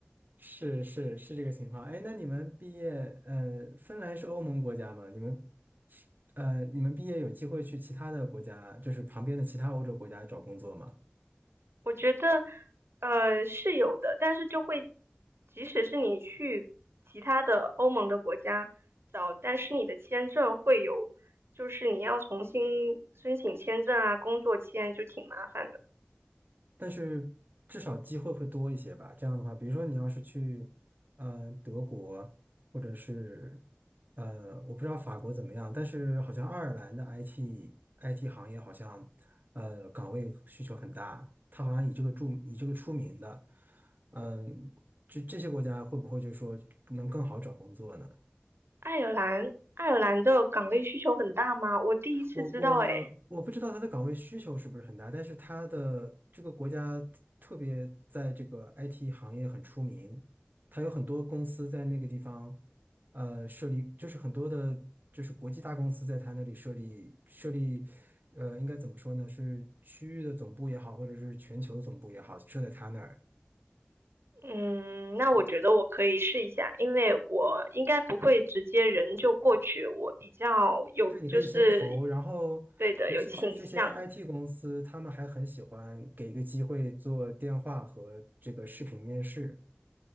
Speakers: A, on the right (about 50°); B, on the right (about 85°).
A: 是是是这个情况。哎，那你们毕业，呃，芬兰是欧盟国家吗？你们呃，你们毕业有机会去其他的国家，就是旁边的其他欧洲国家找工作吗？
B: 我觉得，呃，是有的，但是就会，即使是你去其他的欧盟的国家找，但是你的签证会有，就是你要重新申请签证啊，工作签就挺麻烦的。
A: 但是至少机会会多一些吧。这样的话，比如说你要是去，嗯、德国或者是，呃，我不知道法国怎么样，但是好像爱尔兰的 IT IT 行业好像，呃，岗位需求很大，它好像以这个著以这个出名的，嗯、这这些国家会不会就说能更好找工作呢？
B: 爱尔兰，爱尔兰的岗位需求很大吗？我第一次知道，
A: 我我我不知道他的岗位需求是不是很大，
B: 诶，
A: 但是他的这个国家特别在这个 IT 行业很出名，他有很多公司在那个地方，呃，设立就是很多的，就是国际大公司在他那里设立设立，呃，应该怎么说呢？是区域的总部也好，或者是全球的总部也好，设在他那儿。
B: 嗯，那我觉得我可以试一下，因为我应该不会直接人就过去，我比较有，
A: 对，你可以先投，
B: 就是，
A: 然后尤其是这些
B: 对的，有倾向。
A: IT 公司，他们还很喜欢给一个机会做电话和这个视频面试。